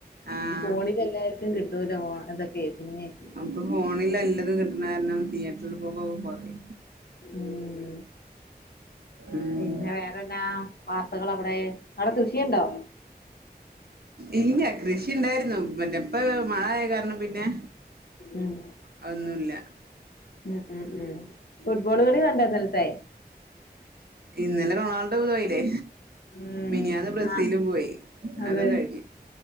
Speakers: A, on the right; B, on the left.
A: ആഹ്
B: ഈ ഫോണില് എല്ലാര്ക്കും കിട്ടൂല ഫോൺ ഇതൊക്കെ സിനിമയൊക്കെ
A: ഇപ്പൊ ഫോണില് എല്ലതും കിട്ട്ണ കാരണം തിയേറ്ററില് പോക്കൊക്കെ കൊറയും
B: മ്മ്
A: ഉം
B: പിന്നെ വേറെന്നാ വാർത്തകൾ അവടെ അടെ കൃഷിയിണ്ടോ?
A: ഇല്ല്യ കൃഷിണ്ടായിരുന്നു മറ്റേ ഇപ്പ മഴായ കാരണം പിന്നെ
B: ഉം
A: അതോന്നുല്ല
B: ഉം ഉം ഫുട്ബോള്കളി കണ്ടൊ ഇന്നലെത്തെ
A: ഇന്നലെ റൊണാൾഡോ പോയിലേ
B: ഉം
A: മിനിയാന്ന് ബ്രസീലും
B: ആഹ്
A: പോയി
B: അതെ
A: അക്കെ കഴിഞ്ഞ്